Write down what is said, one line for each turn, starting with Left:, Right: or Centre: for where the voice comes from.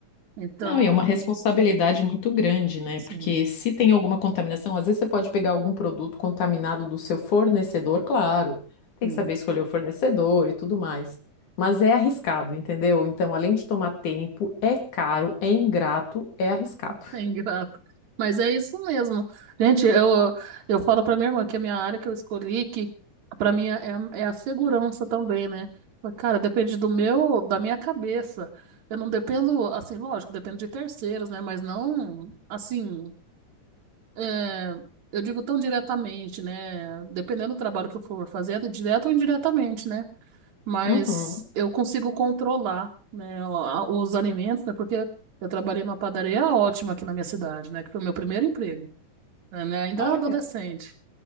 Right: Então,
Left: Não, e é uma responsabilidade muito grande, né?
Right: sim,
Left: Porque se tem alguma contaminação, às vezes você pode pegar algum produto contaminado do seu fornecedor, claro. Tem
Right: sim,
Left: que saber escolher o fornecedor e tudo mais. Mas é arriscado, entendeu? Então, além de tomar tempo, é caro, é ingrato, é arriscado.
Right: <laughs> é ingrato. Mas é isso mesmo. Gente, eu, eu falo para minha irmã que a minha área que eu escolhi, que para mim é, é a segurança também, né? Mas, Cara, depende do meu, da minha cabeça. Eu não dependo, assim, lógico, dependo de terceiros, né? Mas não, assim. É, eu digo tão diretamente, né? Dependendo do trabalho que eu for fazer, é direto ou indiretamente, né? Mas
Left: Uhum.
Right: eu consigo controlar, né, o- a- os alimentos, né? Porque eu trabalhei numa padaria ótima aqui na minha cidade, né? Que foi o meu primeiro emprego, né? Né, Ainda
Left: Olha.
Right: adolescente.